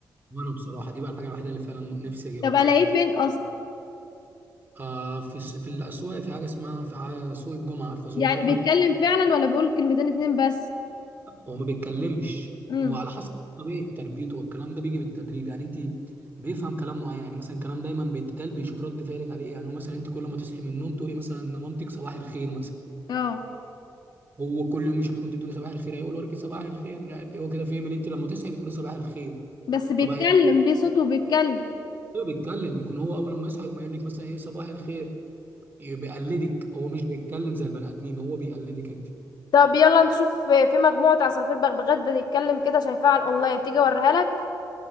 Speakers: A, on the right (about 25°); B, on the left (about 75°).
A: وانا بصراحه دي بقى الحاجه الوحيده اللي فعلا نفسي اجيبها
B: طب
A: بصراحه
B: الاقيه فين اصلا
A: آه في الس- في الاسواق في حاجه اسمها في حاجه سوق الجمعه عارفه سوق
B: يعني
A: الجمعه
B: بيتكلم فعلا ولا بيقول كلمتين اتنين بس
A: هو ما بيتكلمش
B: امم
A: هو على حسب طبيعة تربيته والكلام ده بيجي بالتدريب يعني انت بيفهم كلام معين يعني مثلا كلام دايما بيتقال بيشوف رد فعلك عليه إيه. يعني هو مثلا انت كل ما تصحي من النوم تقولي مثلا مامتك صباح الخير مثلا
B: اه
A: هو كل يوم يشوفك كنت بتقولي صباح الخير هيقول وراك صباح الخير مش عارف ايه هو كده فاهم ان انت لما تصحي بتقولي صباح الخير
B: بس بيتكلم
A: فبقى يعني
B: ليه صوته بيتكلم
A: هو بيتكلم يكون هو اول لما يصحى يقوم قايل لك مثلا ايه صباح الخير ي- بيقلدك هو مش بيتكلم زي البني ادمين هو بيقلدك
B: طب يلا نشوف في مجموعة عصافير بغبغات بتتكلم كده شايفاها على الأونلاين تيجي أوريها لك